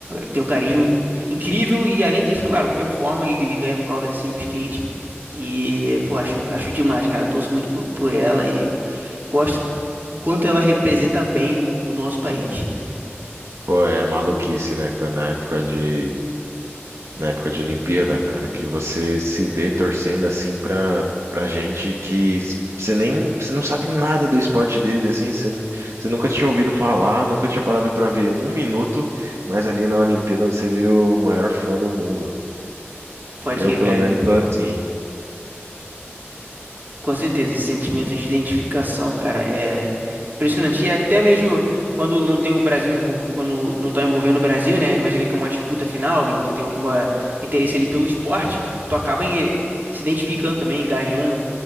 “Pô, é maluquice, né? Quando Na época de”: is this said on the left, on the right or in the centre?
Right